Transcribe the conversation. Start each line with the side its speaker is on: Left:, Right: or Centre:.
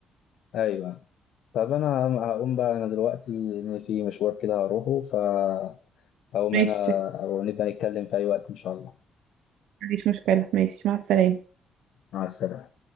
Left: ايوه طب انا هم- هقوم بقى انا دلوقتي ان في مشوار كده هروحه فهقوم
Right: ماشي
Left: انا او نبقى نتكلم في اي وقت ان شاء الله
Right: مفيش مشكله ماشي مع السلامه
Left: مع السلامة